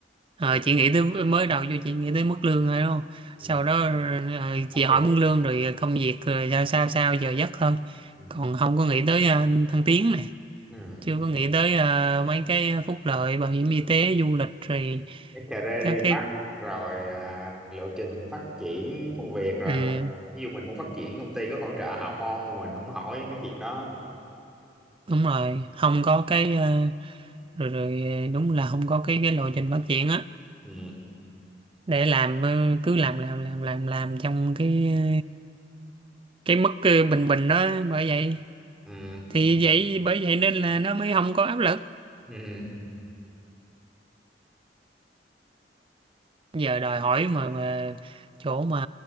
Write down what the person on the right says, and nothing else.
Ờ,
chị nghĩ tới mới đầu vô chị nghĩ tới mức lương rồi đúng không?
Sau đó ờ, chị hỏi
mức lương rồi ờ, công việc rồi sao sao sao giờ giấc thôi.
Còn không có nghĩ tới ờ, thăng tiến này,
chưa có nghĩ tới ờ, mấy cái phúc lợi bảo hiểm y tế, du lịch rồi
các cái
ừ,
đúng rồi, không có cái ờ, rồi rồi ờ, đúng là không có cái cái lộ trình phát triển á
để làm ờ, cứ làm làm làm làm làm trong cái ờ, cái mức ờ, bình bình đó bởi vậy
thì vậy bởi vậy nên là nó mới không có áp lực
giờ đòi hỏi mà mà chỗ mà